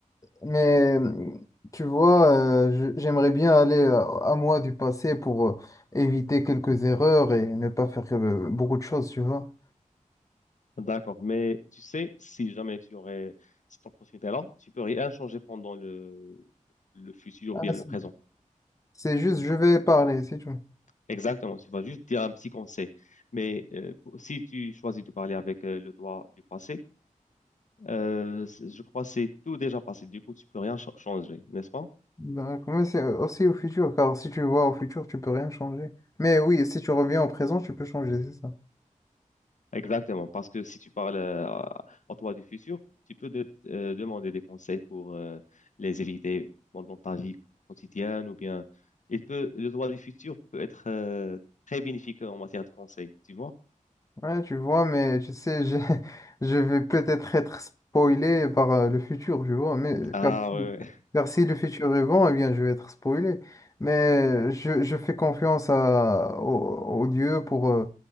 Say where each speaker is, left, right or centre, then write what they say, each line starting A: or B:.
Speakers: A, on the left; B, on the left.
A: Mais mmh, tu vois, euh, je- j'aimerais bien aller euh, à, moi du passé pour euh, éviter quelques erreurs et ne pas faire euh, beaucoup de choses, tu vois.
B: D'accord, mais tu sais, si jamais tu aurais cette opportunité-là, tu peux rien changer pendant le, le futur
A: Ah,
B: ou bien
A: c'est
B: le présent.
A: c'est juste, je vais parler, c'est tout.
B: Exactement, tu vas juste dire un petit conseil. Mais euh, pour- si tu choisis de parler avec euh, le toi du passé, euh, c'est- je crois que c'est tout déjà passé. Du coup, tu peux rien ch- changer, n'est-ce pas?
A: Donc, mais c'est euh, aussi au futur, car si tu vois au futur, tu peux rien changer. Mais oui, si tu reviens au présent, tu peux changer, c'est ça.
B: Exactement, parce que si tu parles euh, à- en toi du futur, tu peux de- euh, demander des conseils pour euh, les éviter pendant ta vie quotidienne ou bien il peut le droit du futur peut être euh, très bénéfique en matière de conseils, tu vois?
A: Ouais, tu vois, mais tu sais, je, <laughs> je vais peut-être être spoilé par euh, le futur, tu vois, mais euh,
B: Ah
A: car, si
B: ouais.
A: car si le futur est bon, eh bien, je vais être spoilé. Mais je, je fais confiance à, au, au Dieu pour, euh,